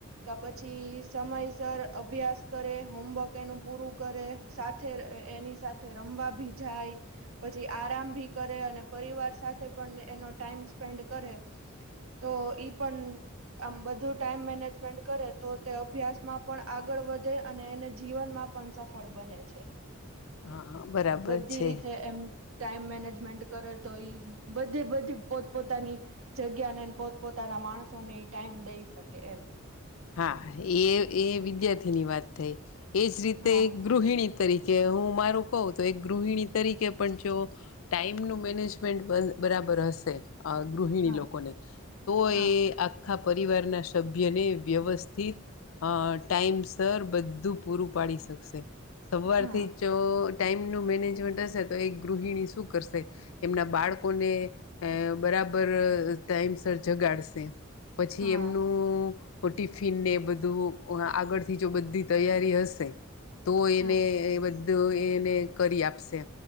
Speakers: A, on the right (about 80°); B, on the left (about 75°).
A: કા પછી સમયસર અભ્યાસ કરે હોમવર્ક એનું પૂરું કરે સાથે એની સાથે રમવા ભી જાય પછી આરામ ભી કરે અને પરિવાર સાથે પણ એનો ટાઈમ સ્પેન્ડ કરે <inaudible> તો ઈ પણ આમ બધું ટાઈમ મેનેજમેન્ટ કરે તો તે અભ્યાસમાં પણ આગળ વધે અને એને જીવનમાં પણ સફળ બને છે
B: હા બરાબર
A: બધી
B: છે
A: રીતે એમ ટાઈમ મેનેજમેન્ટ કરે તો ઈ બધી બધી પોતપોતાની જગ્યા ને પોતપોતાના ના માણસો ને ટાઈમ દઈ શકે એમ
B: હા એ એ વિદ્યાર્થીની વાત થઈ એજ રીતે
A: હા
B: ગૃહિણી તરીકે કે હું મારું કહ તો એક ગૃહિણી તરીકે પણ જો ટાઈમ નો મેનેજમેન્ટ બરાબર બર હશે આ ગૃહિણી
A: હા
B: લોકોને તો
A: હા
B: એ આખા પરિવારના સભ્યને વ્યવસ્થિત ટાઈમસર બધું પૂરું પાડી શકશે સવાર
A: હા
B: થી જ જો ટાઈમનું મેનેજમેન્ટ હશે તો એક ગૃહણી શું કરશે એમના બાળકોને બરા બરાબર ટાઇમસર જગાડશે પછી
A: હા
B: એમનું ટિફિન ને બધું આગળથી જો બધી તૈયારી હશે તો
A: હા
B: એને એ બધું એને કરી આપશે